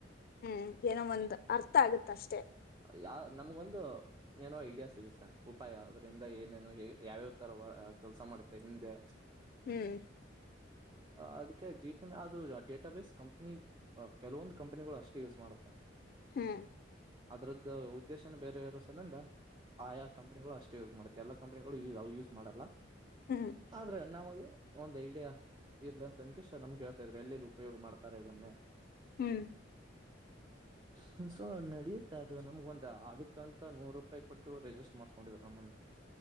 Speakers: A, on the left (about 50°); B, on the right (about 20°).
A: ಹ್ಮ್ ಏನೋ ಒಂದ್ ಅರ್ಥ ಆಗತ್ತಷ್ಟೇ.
B: ಯಾ ನಮಗೊನ್ ಇದು ಏನೋ ಐಡಿಯಾ ಸಿಗುತ್ತೆ ಉಪಾಯ ಅದ್ರಿಂದ ಏನೇನು ಹೆ ಯಾವ್ಯಾವ್ತರ ಕೆಲ್ಸ ಮಾಡುತ್ತೆ ಹಿಂದೆ
A: ಹ್ಮ್
B: ಆ ಅದಕ್ಕೆ ಜಿ ಟಿ ನ ಅದು ಡೇಟಾ ಬೇಸ್ ಕಂಪನಿ ಆ ಕೆಲವೊಂದು ಕಂಪನಿಗಳು ಅಷ್ಟೇ ಯೂಸ್ ಮಾಡುತ್ತೆ.
A: ಹ್ಮ್
B: ಅದ್ರದ್ದ ಉದ್ದೇಶನೆ ಬೇರ್ ಇರೋ ಸಲಿಂದ ಆ ಯಾ ಕಂಪನಿಗಳು ಅಷ್ಟೇ ಯೂಸ್ ಮಾಡುತ್ತೆ ಎಲ್ಲಾ ಕಂಪನಿಗಳು ಯು ಅವ್ ಯೂಸ್ ಮಾಡಲ್ಲ.
A: ಹ್ಮ್
B: ಆದ್ರೆ ನಮದು ಒಂದ್ ಐಡಿಯಾ ಇರ್ಲಿ ಅಂತ ಅಂಕಿಷ್ ನಮ್ಗ್ ಹೇಳ್ತಾ ಇದ್ರಿ ಎಲ್ಲೆಲ್ಲಿ ಉಪಯೋಗ ಮಾಡ್ತಾರೆ ಇದನ್ನೇ
A: ಹ್ಮ್
B: ಹನ್ ಸೊ ನಡೆಯುತ್ತೆ ಅದು ನಮ್ಗ ಒಂದು ಆಗು ಕಂತ ನೂರ್ರೂಪಾಯ್ ಕೊಟ್ಟು ರಿಜಿಸ್ಟ್ರ್ ಮಾಡ್ಸ್ <unintelligible>